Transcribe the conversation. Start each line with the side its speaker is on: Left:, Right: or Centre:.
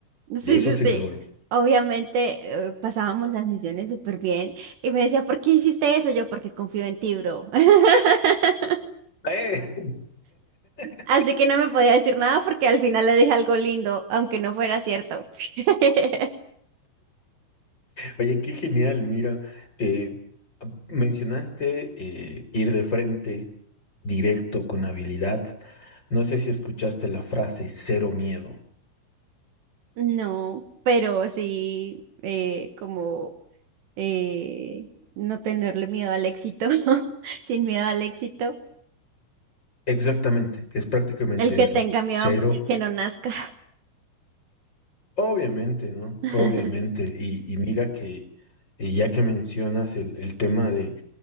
Right: Sí,
Left: De eso
Right: sí,
Left: estoy
Right: sí.
Left: seguro.
Right: Obviamente eh, pasábamos las misiones súper bien y me decía, ¿por qué hiciste eso? Yo, porque confío en ti, bro. <laughs>
Left: ¡Eh! <laughs>
Right: Así que no me podía decir nada porque al final le dije algo lindo, aunque no fuera cierto. <laughs>
Left: Oye, qué genial, mira, eh, mencionaste eh, ir de frente, directo, con habilidad. No sé si escuchaste la frase cero miedo.
Right: No, pero sí, eh, como eh, no tenerle miedo al éxito, <laughs> sin miedo al éxito.
Left: Exactamente, es prácticamente
Right: El que
Left: eso,
Right: tenga miedo
Left: cero.
Right: a morir, que no nazca.
Left: Obviamente, ¿no?
Right: <laughs>
Left: Obviamente. Y, y mira que eh, ya que mencionas el, el tema de,